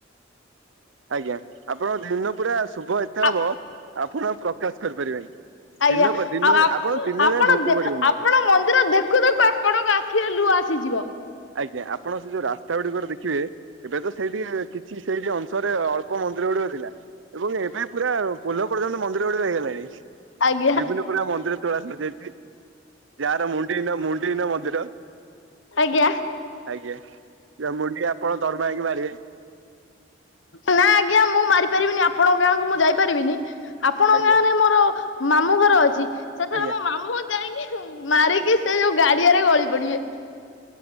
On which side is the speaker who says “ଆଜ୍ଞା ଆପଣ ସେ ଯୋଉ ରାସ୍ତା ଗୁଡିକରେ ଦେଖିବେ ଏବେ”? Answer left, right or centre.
Right